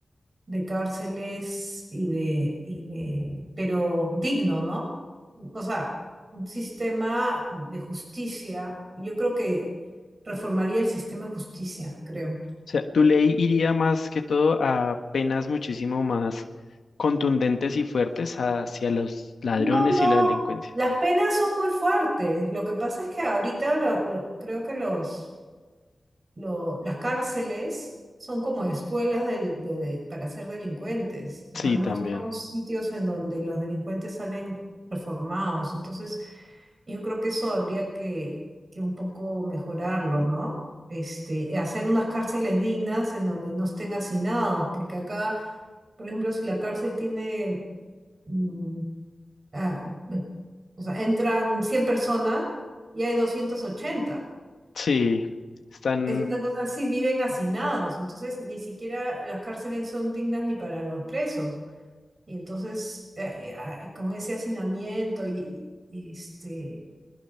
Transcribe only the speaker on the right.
de cárceles y de, y de, pero digno, ¿no? O sea, un sistema de justicia. Yo creo que reformaría el sistema de justicia, creo.
No, no,
las penas son muy fuertes. Lo que pasa es que ahorita lo- lo- creo que los lo- las cárceles son como escuelas del- de- para ser delincuentes, o
sea, no
son sitios en donde los delincuentes salen reformados. Entonces, yo creo que eso habría que, que un poco mejorarlo, ¿no? Este, hacer unas cárceles dignas en donde no estén hacinados, porque acá, por ejemplo, si la cárcel tiene, mm, ah, o sea, entran 100 personas y hay doscientas ochenta
Es una cosa así, viven hacinados, entonces ni siquiera las cárceles son dignas ni para los presos. Y entonces, eh, eh, ah, con ese hacinamiento, y, y, este,